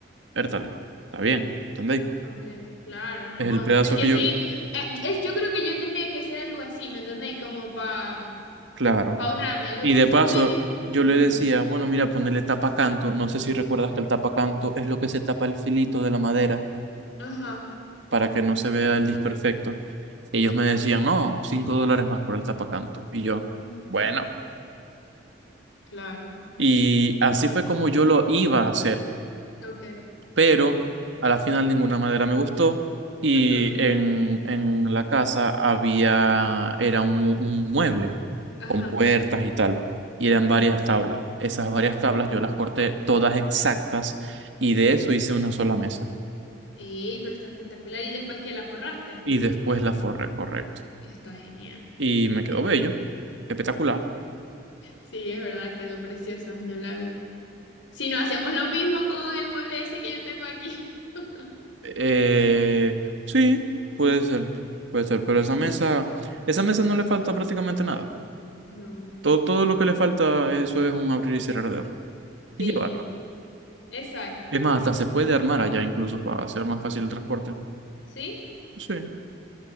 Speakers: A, on the right; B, on the left.
A: vértale, está bien, ¿entendéis?
B: okay, claro, no.
A: Es el pedazo
B: Es que
A: que yo,
B: sí, eh, es, yo creo que yo tendría que hacer algo así, ¿me entendéis? Como para pa
A: claro.
B: pa ahorrarme, lo
A: Y
B: que
A: de
B: sí
A: paso,
B: estoy bien.
A: yo
B: Ajá,
A: le decía, bueno, mira, ponerle tapacanto. No sé si recuerdas que el tapacanto es lo que se tapa el filito de la madera
B: ajá,
A: para que no se vea el disperfecto. Ellos
B: exacto.
A: me decían, no, 5 dólares más por el tapacanto. Y yo,
B: Mm,
A: bueno.
B: claro,
A: Y así fue como yo lo iba a hacer.
B: okay,
A: pero a la final ninguna madera me gustó y
B: ajá,
A: en, en la casa había, era un, un mueble
B: ajá,
A: con puertas y tal, y eran
B: ajá.
A: varias tablas. Esas varias tablas yo las corté todas exactas y de eso hice una sola mesa
B: Ey, pero está espectacular y después que la forraste.
A: y después la forré, correcto.
B: Está genial.
A: Y me quedó bello, espectacular.
B: Sí, es verdad, quedó preciosa, yo la vi. Si no, hacemos lo mismo con el mueble ese que yo tengo aquí. <laughs>
A: Eh, sí, puede ser, puede ser, pero esa mesa, esa mesa no le falta prácticamente nada.
B: No.
A: Todo, todo lo que le falta, eso es un abrir y cerrar de ojos
B: Sí,
A: y llevarla.
B: exacto.
A: Es más, hasta se puede armar allá incluso para hacer más fácil el transporte.
B: ¿Sí?
A: Sí.